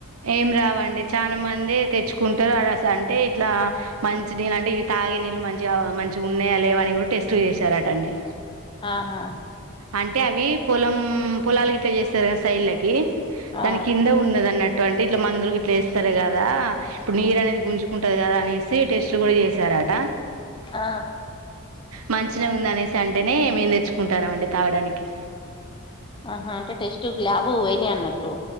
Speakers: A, on the right (about 80°); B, on the left (about 20°).
A: ఏం రావండి చానా మంది. తెచ్చుకుంటారు అ అంటే ఇట్లా మంచి నీళ్ళు అంటే ఇవి తాగే నీళ్ళు మంచిగా మంచిగా ఉన్నాయా లేవని ఏవో టెస్ట్లు చేసారటండి
B: ఆహా
A: అంటే అవి పొలం పొలాలు గిట్ట చేస్తారు కదా సైడ్లకి
B: ఆ
A: దాని కింద ఉన్నదన్నట్టు అంటే ఇట్లా మందులు ఇట్లేస్తారు కదా ఇప్పుడు నీరు అనేది గుంజుకుంటది కదా అనేసి టెస్ట్లు కూడా చేసారా ట
B: ఆ
A: మంచిగనే ఉంది అనేసి అంటేనే మేము తెచ్చుకుంటాన్నాం అండి తాగడానికి
B: ఆహా అంటే టెస్ట్ ల్యాబ్ కి పోయినాయి అన్నట్టు